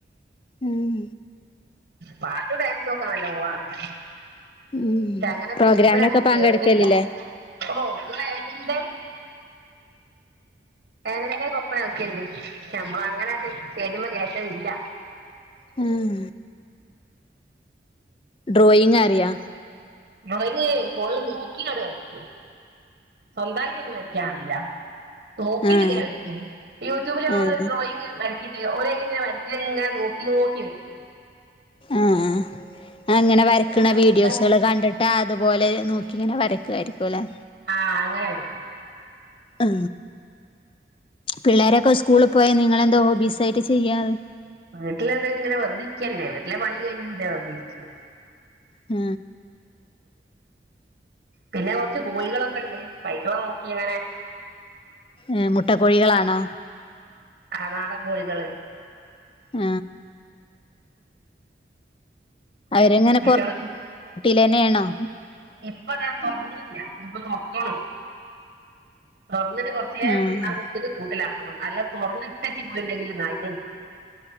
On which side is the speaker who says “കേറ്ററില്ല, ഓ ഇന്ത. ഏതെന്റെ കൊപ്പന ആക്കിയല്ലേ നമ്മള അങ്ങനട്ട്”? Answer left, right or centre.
Right